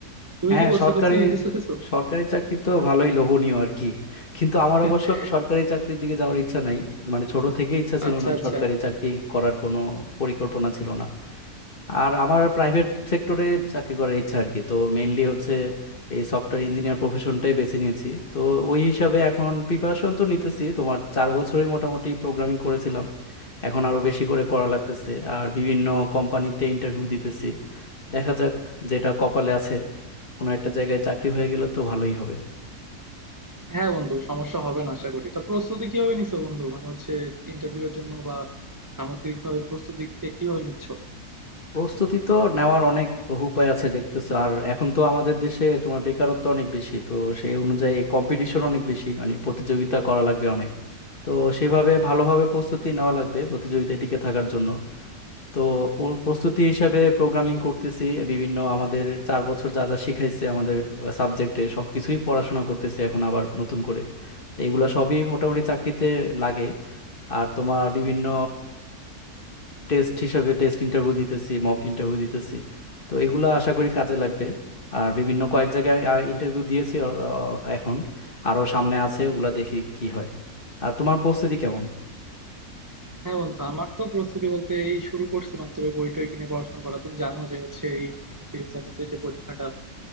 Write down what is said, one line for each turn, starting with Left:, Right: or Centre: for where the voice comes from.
Right: তুমি
Left: হ্যাঁ
Right: কি প্রস্তুতি
Left: সরকারি
Right: টস্তুতি নিতে শিখেছো
Left: সরকারি চাকরি তো ভালোই লোভনীয় আর কি কিন্তু আমার
Right: <laughs>
Left: অবশ্য সরকারি চাকরির দিকে যাওয়ার ইচ্ছা নাই মানে ছোট থেকে ইচ্ছা ছিল
Right: আচ্ছা
Left: না
Right: আচ্ছা
Left: সরকারি চাকরি করার কোনো পরিকল্পনা ছিল না আর আমার প্রাইভেট সেক্টরে চাকরি করার ইচ্ছা আর কি তো মেইনলি হচ্ছে এই সফটওয়্যার ইঞ্জিনিয়ার প্রফেশনটাই বেছে নিয়েছি তো ওই হিসাবে এখন প্রিপারেশন তো নিতেছি তোমার চার বছরই মোটামুটি প্রোগ্রামিং করেছিলাম এখন আরো বেশি করে করা লাগতেছে আর বিভিন্ন কোম্পানিতে ইন্টারভিউ দিতেছি দেখা যাক যেটা কপালে আছে কোনো একটা জায়গায় চাকরি হয়ে গেলে তো ভালোই হবে
Right: হ্যাঁ বন্ধু সমস্যা হবে না আশা করি তা প্রস্তুতি কিভাবে নিছো বন্ধু মানে হচ্ছে ইন্টারভিউ এর জন্য বা সামগ্রিকভাবে প্রস্তুতি কে- কিভাবে নিচ্ছ
Left: প্রস্তুতি তো নেওয়ার অনেক উপায় আছে দেখতেছো আর এখন তো আমাদের দেশে তোমার বেকারত্ব অনেক বেশি তো সেই অনুযায়ী কম্পিটিশন অনেক বেশি মানে প্রতিযোগিতা করা লাগবে অনেক তো সেভাবে ভালোভাবে প্রস্তুতি নেওয়া লাগবে প্রতিযোগিতায় টিকে থাকার জন্য তো প- প্রস্তুতি হিসাবে প্রোগ্রামিং করতেছি বিভিন্ন আমাদের চার বছর যা যা শিখাইছে আমাদের সাবজেক্টে সব কিছুই পড়াশোনা করতেছি এখন আবার নতুন করে তো এগুলো সবই মোটামুটি চাকরিতে লাগে আর তোমার বিভিন্ন টেস্ট হিসাবে টেস্ট ইন্টারভিউ দিতেছি মক ইন্টারভিউ দিতেছি তো এগুলো আশা করি কাজে লাগবে আর বিভিন্ন কয়েক জায়গায় ইন্টারভিউ দিয়েছি আ, আ, এখন আরও সামনে আছে ওগুলা দেখি কি হয় আর তোমার প্রস্তুতি কেমন
Right: হ্যাঁ বন্ধু আমার তো প্রস্তুতি বলতে এই শুরু করছি মাত্র বই টই কিনে পড়াশোনা করা তুমি জানো যে হচ্ছে এই সিভিল সার্ভিসের যে পরীক্ষাটা